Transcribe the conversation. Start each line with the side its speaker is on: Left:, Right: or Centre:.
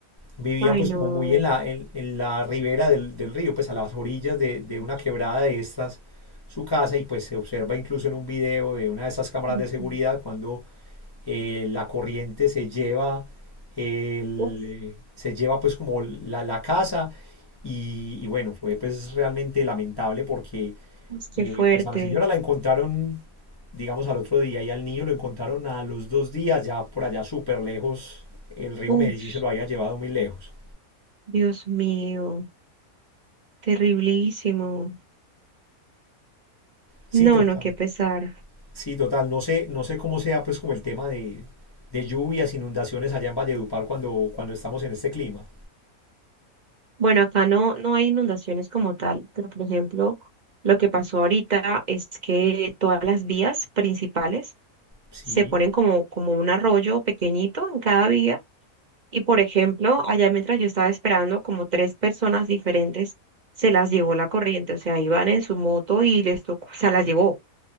Left: vivían
Right: Ay,
Left: pues
Right: no.
Left: como muy en la, en, en la ribera del, del río, pues a las orillas de, de una quebrada de estas, su casa y pues se observa incluso en un video de una de esas cámaras
Right: Ujú.
Left: de seguridad cuando eh, la corriente se lleva, el,
Right: Uf,
Left: eh, se lleva pues como la, la casa y, y bueno, fue pues realmente lamentable porque
Right: uf,
Left: eh,
Right: qué fuerte.
Left: pues a la señora la encontraron digamos al otro día y al niño lo encontraron a los dos días ya por allá súper lejos, el río
Right: Uf,
Left: Medellín se lo había llevado muy lejos.
Right: Dios mío. Terriblísimo.
Left: Sí,
Right: No,
Left: total.
Right: no, qué pesar.
Left: Sí, total. No sé, no sé cómo sea pues como el tema de, de lluvias, inundaciones allá en Valledupar cuando, cuando estamos en este clima.
Right: Bueno, acá no, no hay inundaciones como tal, pero por ejemplo, lo que pasó ahorita es que todas las vías principales
Left: Sí,
Right: se ponen como, como un arroyo pequeñito en cada vía. Y por ejemplo, allá mientras yo estaba esperando, como tres personas diferentes se las llevó la corriente, o sea, iban en su moto y les tocó, o sea, las llevó.